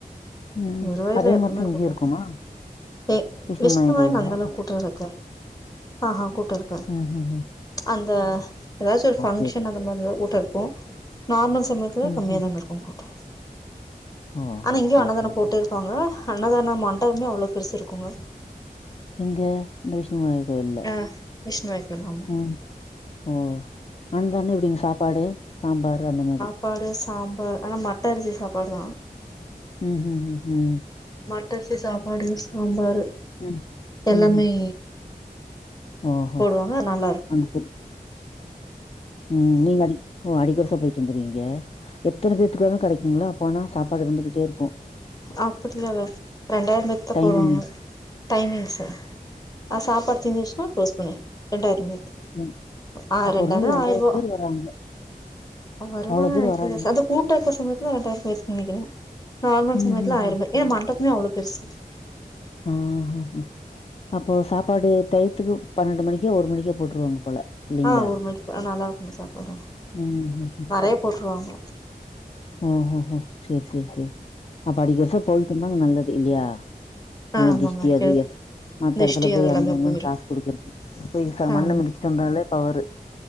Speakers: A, on the left; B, on the left.
A: ம்.
B: குருவாயூர்ல
A: அதே
B: எப்பவுமே
A: மாத்தம் இங்கயும்
B: கூட்டந்தா
A: இருக்குமா?
B: தே
A: விஷ்ணுமாயா
B: விஷ்ணு வாயில்ல
A: கோயில்ல?
B: அந்த அளவுக்கு கூட்டோருக்குக்கா ஆ ஹா கூட்டோ இருக்காத்
A: ம் ஹும் ஹும்
B: அந்த எதாச்சு ஒரு பங்ஷன்
A: சரி.
B: அந்த மாரில்லா கூட்டோ இருக்கு நார்மல் சமயத்ல இப்பதா
A: ம்ஹ்ம்.
B: கம்மியா தாங்க இருக்கு கூட்டோ
A: ஓ
B: ஆனா இங்கயு
A: செரி
B: அன்னதானோ
A: செரி
B: போட்டே
A: செரி
B: இருப்பாங்க அன்னதானா மண்டகமே அவ்ளோ பெருசு இருக்குங்க
A: இங்க இந்த விஷ்ணு வாயிர் கோயில்ல
B: ஆ விஷ்ணு வைக்கோல் ஆமா
A: ம் ஓ அன்னதானோ இப்டிங்க சாப்பாடு சாம்பாரு அந்த மாரி
B: சாப்பாடு சாம்பார் ஆனா மட்ட அரிசி சாப்பாடு தா
A: ம் ஹு ஹு ஹும்
B: மட்ட அரிசி சாப்பாடுங் சாம்பார்
A: ம்.
B: எல்லாமே
A: ம்ஹ்ம். ஓஹோ!
B: போடுவாங்க நல்லா இருக்கும்
A: அங்க போ ம் நீங்கடி ஓ அடிக்கொர்சா பொயிட்டு வந்துருவீங்க எத்தன பேத்துக்கு வேனா கெடக்குங்களா போனா சாப்பாடு இருந்துகிட்டே இருக்கு
B: அப்டி எல்லா இல்ல ரெண்டாயிரோ பேத்துக்கு தா
A: டைமிங்
B: போடுவாங்க டைமிங்ஸு ஆ சாப்பாடு தீந்துச்னா க்ளோஸ் பண்ணு ரெண்டாயி பேத்துக்
A: ம்.
B: ஆ
A: அப்போ
B: ரெண்டாய்ரோ
A: ஒரு நாளைக்கு
B: ஆயிர் ரூபா
A: பேர் வராங்க.
B: அ வருவாங்க
A: அவ்ளோ பேர்
B: நெனக்கிறே
A: வராங்க.
B: சார் அந்ந கூட்டோ இருக்குற சமயத்துல ரெண்டாயிர் பேத்துக் நெனக்கிறே நார்மல் சமயத்துல
A: ம்ஹ்ஹ்ம்.
B: ஆயிர் பேரு ஏ மண்டபமே அவ்ளோ பெருசு
A: ஆ ஹ ஹ அப்போ சாப்பாடு டயத்துக்கு பன்னெண்டு மணிக்கோ ஒரு மணிக்கே போட்ருவாங்க போல இல்லீங்களா?
B: ஆ ஒரு மணிக்கு போ நல்லா இருக்கு சாப்பாடு
A: ம்ஹ்ஹ்ம்.
B: நெறையா போட்ருவாங்க
A: ஓ ஹோ ஹோ சேரி சேரி சேரி அப்ப அடிக் கொர்ஷோ போய்ட்டும்னா நல்லது இல்லையா
B: ஆ
A: அங்க
B: ஆமாங்க
A: திஷ்டி
B: அடிக்கடி
A: அது இது மத்த
B: திஷ்டி
A: எடத்ல பேயி
B: அதெல்லாமே
A: அங்க அங்கன்
B: போயிரு
A: காசு குடுக்குறது போயி ச மண்ண
B: ஆமா
A: மிதிச்சு சந்தாலே பவரு